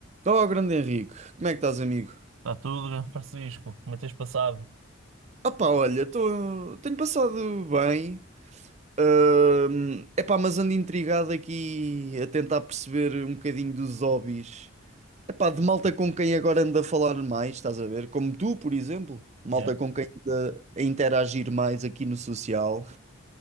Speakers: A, on the right; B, on the right.
A: Oh, grande Henrique, como é que estás, amigo?
B: Está tudo, Francisco? Como é que tens passado?
A: Ah pá, olha, tô... tenho passado bem. É epá, mas ando intrigado aqui a tentar perceber um bocadinho dos hobbies. Epá, de malta com quem agora ando a falar mais, estás a ver? Como tu, por exemplo. Malta
B: Yeah,
A: com quem ando a interagir mais aqui no social.